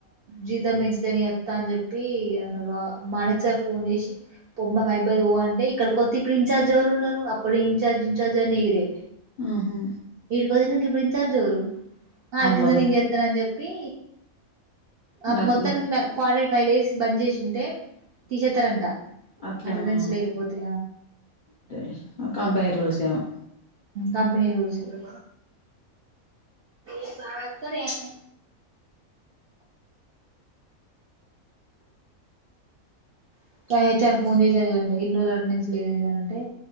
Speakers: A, on the right; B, on the left.
A: జీతం పెంచితేని వస్తా అని చెప్పి అన్నారు మాణిక్ సార్ ఫోన్ చేసి పొమ్మ లైబ్రరీ పో అంటే ఇ ఇక్కడ కొతే ఇప్పుడు ఇంచార్జ్ ఎవరు ఉన్నారు అప్పుడు ఇంచార్జ్ ఇంచార్జ్ అని ఎగిరే
B: ఆహా
A: ఈడీకి వచ్చినంకా ఇప్పుడ ఇన్ ఛార్జ్ ఎవరు వాళ్ళ
B: ఆ
A: కింద
B: మొదట్
A: నేను చెత్త అని చెప్పి ఆ
B: మ
A: మొత్తానికి
B: ము
A: ఫార ఫైవ్ డేస్ బంద్ చేసింటే తీసేత్తారంట
B: అట్లానా
A: అటెండెన్స్ లేకపోతే
B: అంటే కంపెనీ రూల్స్ ఏమో
A: కంపెనీ రూల్స్ దు ఏ బాలకుడేన్న <unintelligible> హెచ్ ఆర్ ఫోన్ చేశారు ఏదంటే అటెండెన్స్ నుంచి లేదు ఏదంటే